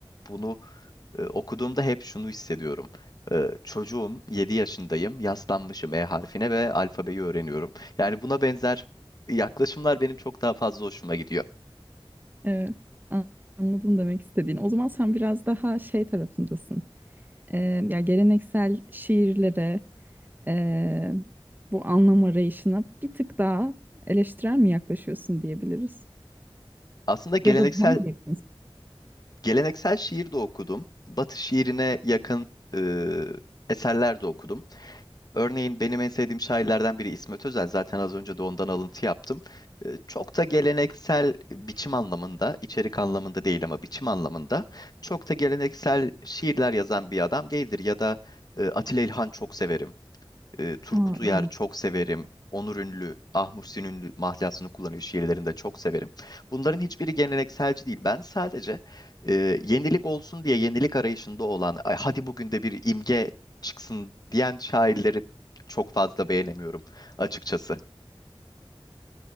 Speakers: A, on the left; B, on the right.
A: bunu e, okuduğumda hep şunu hissediyorum. E, çocuğum, 7 yaşındayım, yaslanmışım E harfine ve alfabeyi öğreniyorum. Yani buna benzer yaklaşımlar benim çok daha fazla hoşuma gidiyor.
B: Evet, an- anladım demek istediğini. O zaman sen biraz daha şey tarafındasın. Ee, ya geleneksel şiirlere, ee, bu anlam arayışına bir tık daha eleştirel mi yaklaşıyorsun diyebiliriz?
A: Aslında geleneksel
B: Ya da daha mı yakınsın?
A: geleneksel şiir de okudum. Batı şiirine yakın e, eserler de okudum. Örneğin benim en sevdiğim şairlerden biri İsmet Özel. Zaten az önce de ondan alıntı yaptım. Ee, Çok da geleneksel biçim anlamında, içerik anlamında değil ama biçim anlamında çok da geleneksel şiirler yazan bir adam değildir. Ya da e, Atilla İlhan çok severim. E, Turgut
B: Aa,
A: Uyar
B: evet.
A: çok severim. Onur Ünlü, Ah Muhsin Ünlü mahlasını kullanıyor şiirlerinde çok severim. Bunların hiçbiri gelenekselci değil. Ben sadece e, yenilik olsun diye yenilik arayışında olan, "Ay, hadi bugün de bir imge çıksın diyen şairleri çok fazla beğenemiyorum açıkçası.